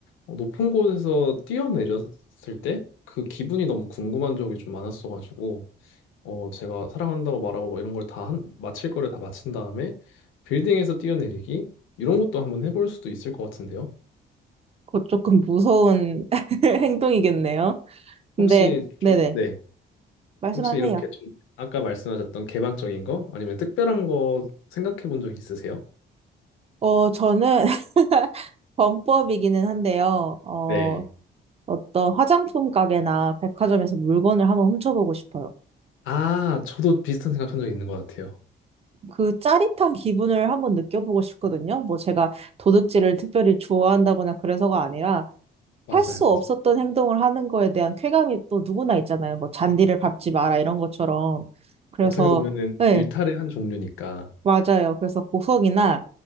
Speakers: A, on the left; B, on the right.
A: 어, 높은 곳에서 뛰어내렸을 때 그 기분이 너무 궁금한 적이 좀 많았어가지고 어, 제가 사랑한다고 말하고 뭐 이런 걸 다 한, 마칠 거를 다 마친 다음에 빌딩에서 뛰어내리기 이런 것도 한번 해볼 수도 있을 것 같은데요.
B: 그거 조금 무서운 <laughs> 행동이겠네요. 근데
A: 혹시 좀,
B: 네네.
A: 네.
B: 말씀하세요.
A: 혹시 이렇게 좀 아까 말씀하셨던 개방적인 거 아니면 특별한 거 생각해 본 적 있으세요?
B: 어, 저는 <laughs> 범법이기는 한데요. 어,
A: 네.
B: 어떤 화장품 가게나 백화점에서 물건을 한번 훔쳐보고 싶어요.
A: 아, 저도 비슷한 생각한 적 있는 것 같아요.
B: 그 짜릿한 기분을 한번 느껴보고 싶거든요. 뭐 제가 도둑질을 특별히 좋아한다거나 그래서가 아니라
A: 맞아요,
B: 할 수 없었던
A: 맞아요.
B: 행동을 하는 거에 대한 쾌감이 또 누구나 있잖아요. 뭐 잔디를 밟지 마라 이런 것처럼. 그래서
A: 어떻게 보면은
B: 네,
A: 일탈의 한 종류니까.
B: 맞아요. 그래서 보석이나